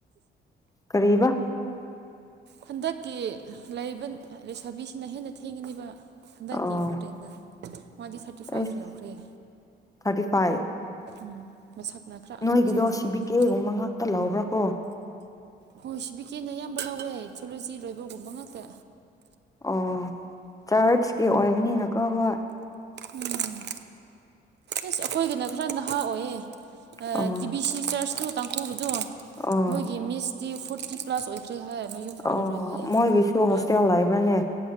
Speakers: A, on the left; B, on the right.
A: ꯀꯔꯤꯕꯥ
B: ꯍꯟꯗꯛꯀꯤ ꯂꯩꯕꯥ ꯂꯩꯁꯥꯕꯤꯁꯤꯅ ꯍꯦꯟꯅ ꯊꯦꯡꯉꯅꯤꯕ ꯍꯟꯗꯛꯀꯤ
A: ꯑꯣ
B: ꯋꯥꯗꯦꯟꯅ ꯃꯥꯗꯤ ꯊꯥꯔꯇꯤ
A: ꯑꯩꯁ
B: ꯐꯥꯏꯚ ꯌꯥꯎꯈ꯭ꯔꯦ
A: ꯊꯥꯔꯇꯤ ꯐꯥꯏꯚ
B: ꯎꯝ ꯃꯁꯛꯅ ꯈꯔ ꯑꯉꯥꯡ
A: ꯅꯣꯏꯒꯤꯗꯣ
B: ꯁꯥꯖꯕ
A: ꯁꯤ ꯕꯤ
B: ꯃꯥꯗꫭ
A: ꯀꯦꯒꯨꯝꯕ ꯉꯥꯛꯇ ꯂꯧꯕ꯭ꯔꯥ ꯀꯣ
B: ꯍꯣꯏ ꯁꯤ ꯕꯤꯀꯦꯗ ꯑꯌꯥꯝꯕ ꯂꯧꯋꯦ ꯊꯣꯂꯣꯖꯤ ꯂꯣꯏꯕꯒꯨꯝꯕ ꯉꯥꯛꯇ
A: ꯑꯣ ꯆꯔꯆꯀꯤ ꯑꯣꯏꯕꯅꯤꯅꯀꯣ ꯍꯣꯏ
B: ꯎꯝ ꯑꯁ ꯑꯩꯈꯣꯏꯒꯤꯅ ꯈꯔ ꯅꯍꯥ ꯑꯣꯏꯌꯦ
A: ꯑꯣ
B: ꯇꯤ ꯕꯤ ꯁꯤ ꯆꯔꯆꯇꯣ ꯇꯥꯡꯈꯨꯜ ꯒꯤꯗꯣ
A: ꯑꯣ
B: ꯃꯣꯏꯒꯤ ꯃꯤꯁꯇꯤ ꯐꯣꯔꯇꯤ ꯄꯂ꯭ ꯁ ꯑꯣꯏꯈ꯭ꯔꯦ ꯍꯥꯏ ꯃꯌꯨꯝ ꯄꯥꯜꯂꯔꯣꯏ
A: ꯑꯣ
B: ꯍꯥꯏꯌꯦ
A: ꯃꯣꯏꯒꯤꯁꯨ
B: ꯑꯗꯨ
A: ꯍꯣꯁꯇꯦꯜ ꯂꯩꯕ꯭ꯔꯥꯅꯦ